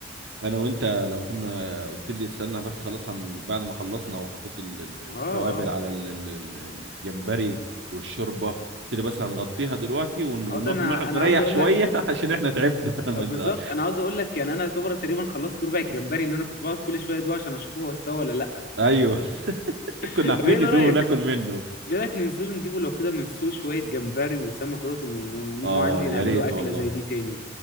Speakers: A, on the right; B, on the left.
A: انا وانت لما كنا قلت لي استنى بس خلاص هن... بعد ما خلصنا وحطيت ال- ال- التوابل
B: اه اه
A: على ال- ال- ال- الجمبري والشوربه قلت لي بس هنغطيها دلوقتي ون- ونروح
B: اه ده انا
A: نقعد
B: انا
A: نريح
B: عاوز اقول
A: شويه
B: لك
A: <laughs> عشان احنا تعبنا <laughs> من
B: آه، بالظبط
A: ده.
B: انا عاوز اقول لك يعني انا يعتبر تقريبا خلصت ربع الجمبري ان انا كنت بقعد كل شويه ادوق عشان اشوف هو استوى ولا لا
A: ايوه <laughs>
B: <laughs>
A: كنا
B: طب
A: عاملين
B: ايه اللي
A: ندوه
B: رايك
A: وناكل منه
B: ايه رايك ننزل نجيبه لو كده من السوق شويه جمبري وسمك كده ون- ونيجوا
A: اه
B: عندي
A: يا
B: نعمله
A: ريت
B: اكله
A: والله
B: زي دي تاني